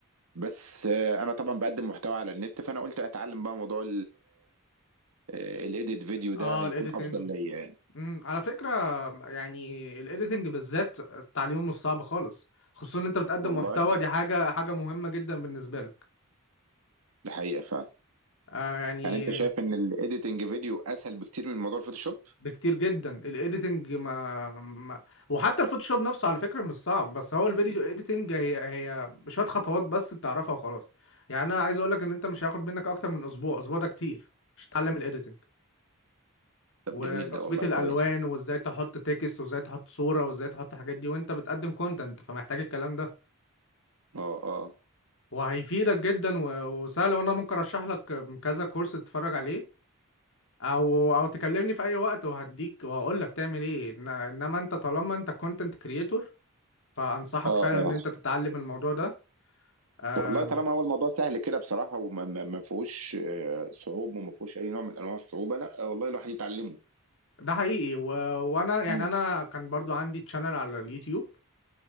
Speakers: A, on the right; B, on the left.
A: بس آه، انا طبعا بقدم محتوى على النت فانا قلت اتعلم بقى موضوع الايديت فيديو ده
B: اه
A: هيكون
B: الايديتنج
A: افضل ليا يعني
B: امم على فكره يعني الايديتنج بالذات التعليم مش صعب خالص خصوصا ان انت بتقدم
A: والله
B: محتوى دي حاجه حاجه مهمه جدا بالنسبه لك
A: ده حقيقه فعلا
B: آه يعني
A: يعني انت شايف ان الايديتنج فيديو اسهل بكتير من موضوع الفوتوشوب
B: بكتير جدا الايديتنج ما, ما وحتى الفوتوشوب نفسه على فكره مش صعب بس هو الفيديو ايديتنج هي هي شويه خطوات بس بتعرفها وخلاص يعني انا عايز اقول لك ان انت مش هياخد منك اكتر من اسبوع اسبوع ده كتير مش تتعلم الايديتنج
A: طب
B: وتظبيط
A: جميل ده والله
B: الالوان
A: كويس
B: وازاي تحط تكست وازاي تحط صوره وازاي تحط الحاجات دي وانت بتقدم كونتنت فمحتاج الكلام ده
A: اه اه
B: وهيفيدك جدا و- وسهل وانا ممكن ارشح لك كذا كورس تتفرج عليه او او تكلمني في اي وقت وهديك وهقول لك تعمل ايه إن- انما انت طالما انت كونتنت كريتور فانصحك
A: اه
B: فعلا
A: اه
B: ان انت تتعلم الموضوع ده أم،
A: والله طالما هو الموضوع سهل كده بصراحه وما ما ما فيهوش آه، صعوبه وما فيهوش اي نوع من انواع الصعوبه لا آه، والله الواحد يتعلمه
B: ده حقيقي و... وانا يعني
A: امم
B: انا كان برضو عندي تشانل على اليوتيوب